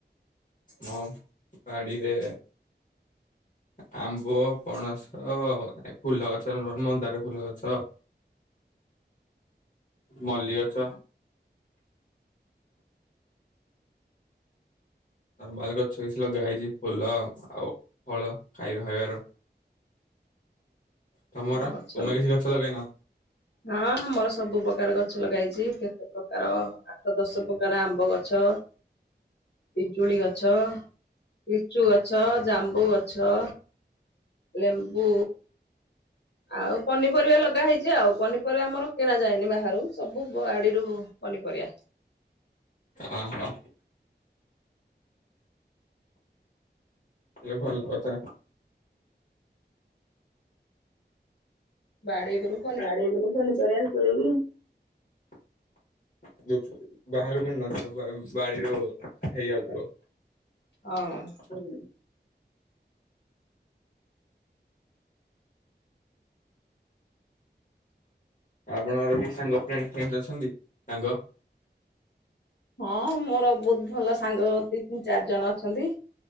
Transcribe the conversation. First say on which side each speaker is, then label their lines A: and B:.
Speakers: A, on the left; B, on the left.
A: ମୁଁ ବାଡିରେ। ଆମ୍ବ ପଣସ ଫୁଲ ଗଛ ମନ୍ଦାର ଫୁଲ ଗଛ। ମଲ୍ଲୀ ଗଛ। ନର୍ମାଲ ଗଛ କିଛି ଲଗାହେଇଛି ଫୁଲ ଆଉ ଫଳ ଖାଇବା ଖାଇବାର। ତମର
B: ଗଛ
A: ତୁମେ କିଛି ଗଛ ଲଗେଇନଁ?
B: ହଁ ଆମର ସବୁ ପ୍ରକାର ଗଛ ଲଗା ହେଇଚି କେତେ ପ୍ରକାର ଆଠ ଦଶ ପ୍ରକାର ଆମ୍ବ ଗଛ। ପିଜୁଳି ଗଛ, ଲିଚୁ ଗଛ, ଜାମ୍ବୁ ଗଛ। ଲେମ୍ବୁ। ଆଉ ପନିପରିବା ଲଗା ହେଇଚି ଆଉ ପନିପରିବା ଆମର କିଣା ଯାଏନି ବାହାରୁ ସବୁ ବାଡିରୁ। ପନିପରିବା।
A: ଅଁ ହଁ। ହେଲେ ଭଲ୍ କଥା।
B: ବାଡିକୁରୁ
A: ବାଡିକୁରୁ ପନିପରିବା। ଟେରିଙ୍ଗ ଯୋଉ ବାହାରୁ କିଣୁ ନଥିବେ? ବା ବାଡିରୁ ହେଇ ଯାଉଥିବ।
B: ହଁ
A: ହୁଁ। ଆପଣଙ୍କର କେହି ସାଙ୍ଗ ଫ୍ରେଣ୍ଡ୍ ଫ୍ରେଣ୍ଡ୍ ଅଛନ୍ତି? ସାଙ୍ଗ
B: ହଁ ମୋର ବହୁତ ଭଲ ସାଙ୍ଗ ଦି ତିନି ଚାରି ଜଣ ଅଛନ୍ତି।